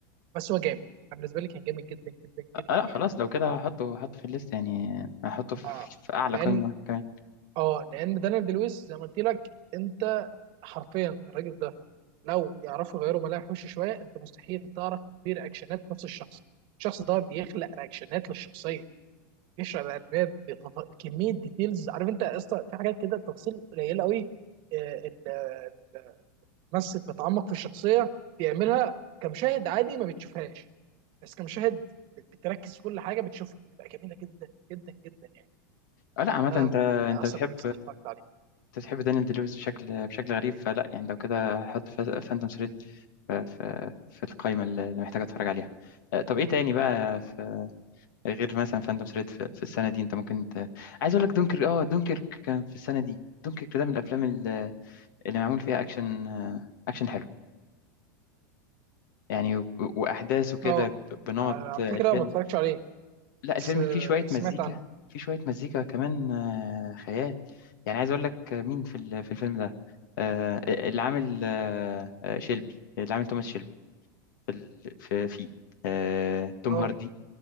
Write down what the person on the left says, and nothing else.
آه لا
خلاص لو كده هحطه هحطه في الليست يعني هحطه في,
في اعلى
قمة كمان
آه لا عامة
انت
انت
بتحب
انت تحب دانيال دي لويس بشكل بشكل غريب فلا يعني لو كده حط فانتوم ثريد في في في القائمة اللي اللي محتاج اتفرج عليها آه، طب ايه تاني بقى في غير مثلا فانتوم ثريد في, في السنة دي انت ممكن ت... عايز اقول لك دونكر اه دونكر كان في السنة دي دونكر ده من الافلام ال- اللي معمول فيها اكشن آه، اكشن حلو يعني و- واحداث وكده
ب- بنمط
الفيلم
لا
الفيلم
فيه شوية
مزيكا
فيه شوية مزيكا كمان آه، خيال يعني عايز أقول لك مين في ال- في الفيلم ده آه، اللي عامل آه، آه، شيلبي اللي عامل توماس شيلبي في ال- في- فيه آه، توم
هاردي